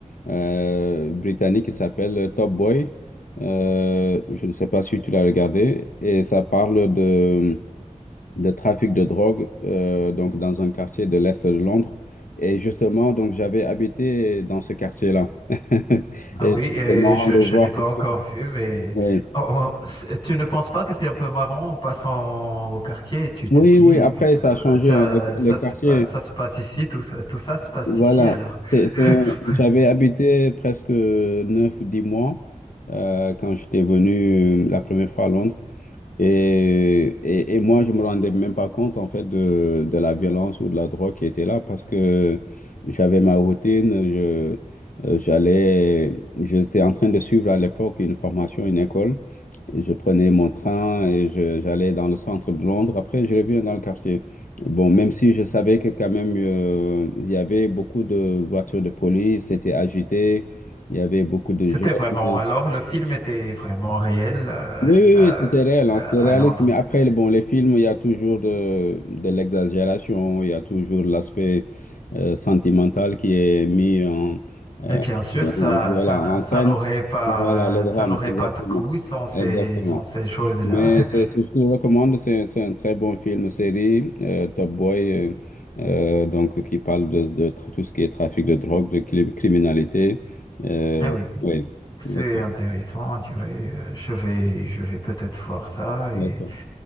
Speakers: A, on the left; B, on the left.
A: euh, britannique qui s'appelle Top Boy. Euh, je ne sais pas si tu l'as regardé. Et ça parle de de trafic de drogue euh, donc dans un quartier de l'Est de Londres. Et justement, donc j'avais habité dans ce quartier-là. <laughs>
B: Ah
A: Et
B: oui,
A: c'est
B: et
A: c'est marrant
B: je,
A: de
B: je
A: voir
B: n'ai pas
A: ça.
B: encore vu, mais
A: Oui,
B: oh, oh, c'est- tu ne penses pas que c'est un peu marrant en passant au quartier et tu
A: oui,
B: te dis,
A: oui,
B: oh
A: après
B: putain, euh,
A: ça a changé.
B: ça,
A: hein, Le,
B: ça
A: le quartier,
B: se passe, ça se passe ici, tout ça, tout ça se passe
A: voilà.
B: ici alors.
A: C'est, c'est-
B: <laughs>
A: j'avais habité presque neuf dix mois euh, quand j'étais venu euh, la première fois à Londres. Et, et, et moi, je me rendais même pas compte, en fait, de, de la violence ou de la drogue qui était là parce que j'avais ma routine, je, euh, j'allais, j'étais en train de suivre à l'époque une formation, une école. Et Je prenais mon train et je- j'allais dans le centre de Londres. Après, je revenais dans le quartier. Bon, même si je savais que quand même, euh, il y avait beaucoup de voitures de police, c'était agité, il y avait beaucoup de
B: C'était
A: jeunes.
B: vraiment, alors le film était vraiment réel euh,
A: Oui, oui,
B: euh,
A: oui, c'était réel,
B: euh,
A: hein, c'était
B: à
A: réaliste.
B: Londres.
A: Mais après, bon, les films, il y a toujours de, de l'exagération, il y a toujours l'aspect euh, sentimental qui est mis en, euh,
B: Mais bien sûr,
A: en-
B: ça,
A: voilà,
B: ça,
A: en
B: ça
A: scène.
B: n'aurait pas,
A: Voilà, le drame,
B: ça n'aurait
A: exactement.
B: pas de coût sans ces,
A: Exactement.
B: sans ces choses-là.
A: Mais
B: <laughs>
A: c'est ce que je te recommande, c'est c'est un très bon film, série, euh, Top Boy, euh, euh, donc qui parle de, de tra- tout ce qui est trafic de drogue, de cli- criminalité. Euh,
B: Ah oui.
A: oui,
B: C'est
A: d'accord.
B: intéressant, tu vois. euh, Je vais, je vais peut-être voir ça et,
A: D'accord.